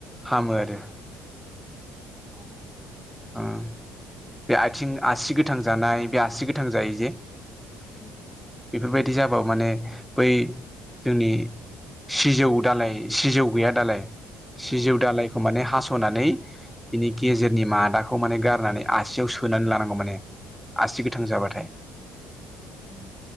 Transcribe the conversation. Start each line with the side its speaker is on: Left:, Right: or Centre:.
Centre: हामो आरो
Left: अ
Centre: ओ बे आथिं आसि गोथां जानाय बे आसि गोथां जायो जे
Left: उम उम
Centre: बेफोरबायदि जाबाबो माने बै जोंनि सिजौ दालाइ सिजौ गैया दालाय सिजौ
Left: औ
Centre: दालाइखौ
Left: दं
Centre: माने हास'नानै बिनि गेजेरनि मा दाखौ माने गारनानै आसियाव सोनानै लानांगौ माने आसि गोथां जाबाथाय
Left: उम